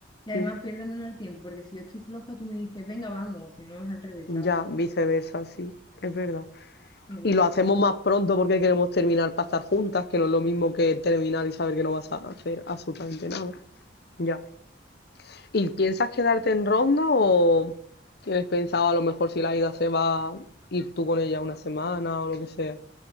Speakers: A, on the left; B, on the left.
A: Y además
B: Mm,
A: pierde menos el tiempo, porque si yo estoy floja, tú me dices, venga, vamos, si no es al revés, ¿sabes?
B: Ya, viceversa, sí, es verdad.
A: Me gusta.
B: Y lo hacemos más pronto porque queremos terminar para estar juntas, que no es lo mismo que terminar y saber que no vas a hacer absolutamente nada. Ya. ¿Y piensas quedarte en Ronda o tienes pensado a lo mejor si la ida se va ir tú con ella una semana o lo que sea?